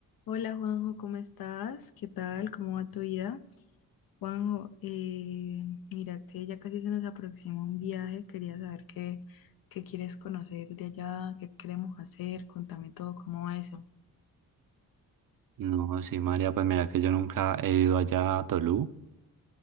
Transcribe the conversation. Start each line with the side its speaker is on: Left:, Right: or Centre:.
Left: Hola Juanjo, ¿cómo estás? ¿Qué tal? ¿Cómo va tu vida? Juanjo, eh, mira que ya casi se nos aproxima un viaje, quería saber qué, qué quieres conocer de allá, qué queremos hacer, contame todo, ¿cómo va eso?
Right: No, sí, María, pues mira que yo nunca he ido allá a Tolú.